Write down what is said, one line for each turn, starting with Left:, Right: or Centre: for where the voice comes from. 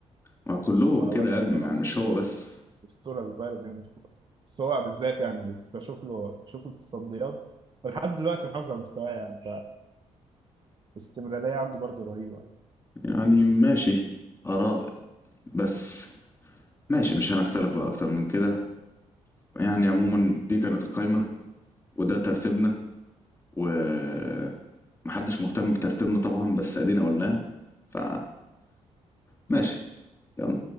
Left: ما كلهم
Right: عالمي
Left: كده يا ابني
Right: بصراحة
Left: يعني مش هو بس
Right: أسطورة لبايرن ميونخ بس هو بالذات يعني بشوف له بشوف له التصديات ولحد دلوقتي محافظ على مستواه يعني فالاستمرارية عنده برضه رهيبة
Left: يعني ماشي آراء بس ماشي مش هنختلف بقى أكتر من كده يعني عموما دي كانت القايمة وده ترتيبنا ومحدش مهتم بترتيبنا طبعا بس ادينا قلناه ف <laughs> ماشي يلا